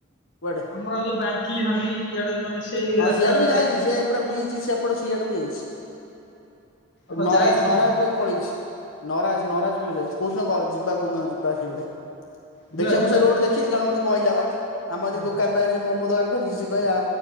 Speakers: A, on the left (about 75°); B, on the left (about 55°).
A: କୁଆଡେ?
B: ଆମର ଯୋଉ ବାଙ୍କି ଭାଙ୍ଗି ଇଆଡେ ମାନେ ସେଇ
A: ହଁ
B: ରାସ୍ତାଡା
A: ସିଆଡେ ବି ଯାଇଛି
B: ଦେଖି
A: ସେ ପୁରା ବ୍ରିଜ୍ ସେପଟେ ସିଆଡକୁ ଯାଇଛି
B: ହଁ
A: ନରାଜ୍
B: ଯାଇଛି
A: ନରାଜ୍
B: ନା
A: ପାଖକୁ ପଳେଇଛି। ନରାଜ୍ ନରାଜ୍ ପାଖ ଯାଇଛି କୋଉଦିନ ଯିବା କୋଉଦିନ ଯିବା ସେଇପଟେ?
B: ଯିବା
A: ଦେଖିବା
B: ଯିବା
A: ମୁଁ ସେ ରୋଡ୍ ଦେଖିଛି ଜଣେ ମତେ କହିଲା ବା ଆମର
B: ହଁ
A: ଏଇ ଦୋକାନ ପାଖ ରେ ସେ ମୋମୋ ଦୋକାନ କରିଛି ସେ କହିଲା